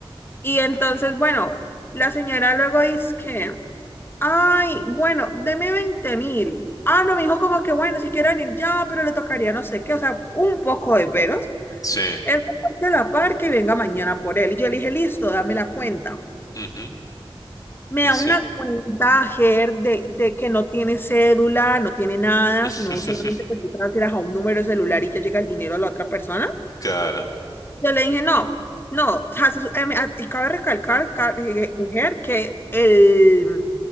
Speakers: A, on the left (about 25°); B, on the left (about 40°).
A: Y entonces, bueno, la señora luego dice que, ay, bueno, deme veinte mil. Ah, no, me dijo como que, bueno, si quieren ir ya, pero le tocaría no sé qué, o sea, un poco de peros.
B: sí,
A: Él que la par que venga mañana por él. Y yo le dije, listo, dame la cuenta.
B: ujú,
A: Me
B: y
A: da
B: sí,
A: una cuenta, Ger, de, de que no tiene cédula, no tiene nada,
B: <laughs>
A: sino solamente que tú transfieras a un número de celular y ya llega el dinero a la otra persona.
B: claro.
A: Yo le dije, no, no, haces- em, a- y cabe recalcar, ca- eh, eh, Ger, que el,